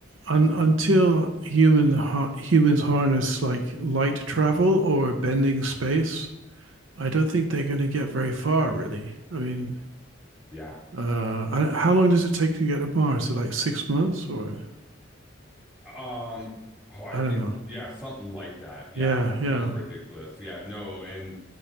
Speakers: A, on the right; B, in the centre.
A: un until human har humans harness like light travel or bending space, I don't think they're going to get very far, really. I mean,
B: Yeah.
A: uh, I, how long does it take to get to Mars? Is it like six months or
B: Um, oh, I
A: I
B: think,
A: don't know.
B: yeah, something like that. Yeah.
A: Yeah, yeah.
B: Something ridiculous. Yeah. No. And,